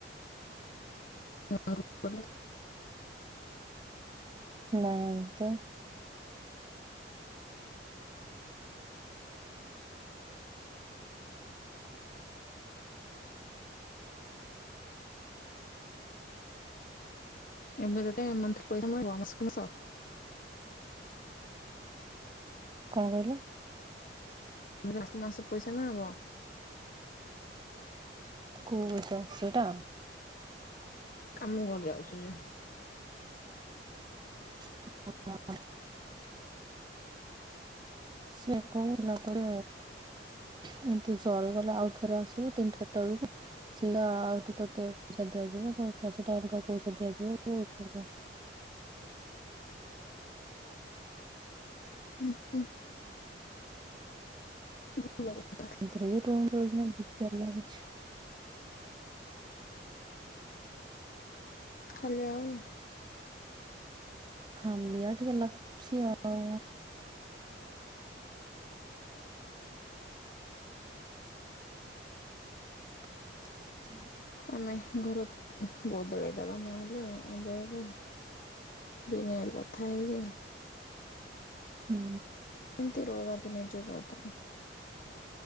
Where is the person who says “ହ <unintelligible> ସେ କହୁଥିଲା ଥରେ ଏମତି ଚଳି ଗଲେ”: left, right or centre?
Right